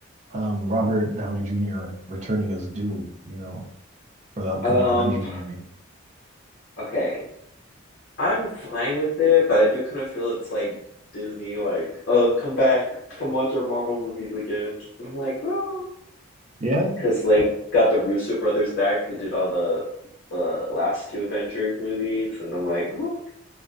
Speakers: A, on the right; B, on the left.
A: um, Robert Downey Jr. returning as Doom, you know, for the upcoming
B: Um,
A: Avengers movie.
B: okay. I'm fine with it, but I do kind of feel it's like Disney, like, oh, come back, come watch our Marvel movies again. I'm like, well.
A: Yeah.
B: because like got the Russo brothers back who did all the uh, last two Avengers movies, and I'm like, well,